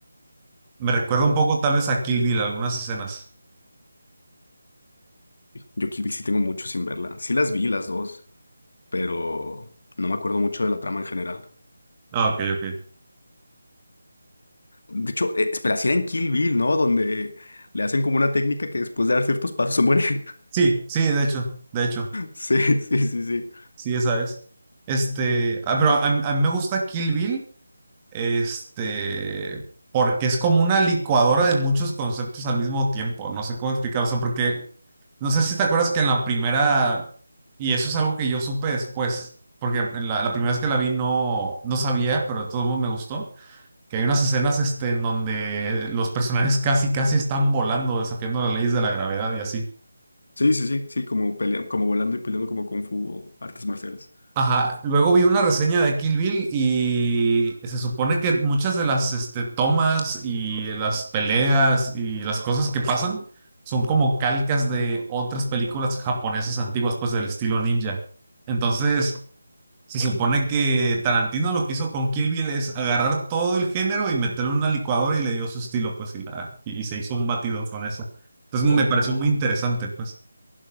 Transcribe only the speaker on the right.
Me recuerda un poco tal vez a Kill Bill, algunas escenas.
Ah, ok, ok.
Sí, sí, de hecho, de hecho,
sí, esa es. Este, ah, pero a, a mí me gusta Kill Bill Este, porque es como una licuadora de muchos conceptos al mismo tiempo. No sé cómo explicarlo, o sea, porque no sé si te acuerdas que en la primera, y eso es algo que yo supe después, porque en la, la primera vez que la vi no, no sabía, pero de todos modos me gustó, que hay unas escenas este, en donde los personajes casi, casi están volando, desafiando las leyes de la gravedad y así.
Ajá, luego vi una reseña de Kill Bill y se supone que muchas de las este, tomas y las peleas y las cosas que pasan son como calcas de otras películas japonesas antiguas, pues del estilo ninja. Entonces, se supone que Tarantino lo que hizo con Kill Bill es agarrar todo el género y meterlo en una licuadora y le dio su estilo, pues, y, la, y, y se hizo un batido con eso. Entonces,
me pareció muy interesante, pues.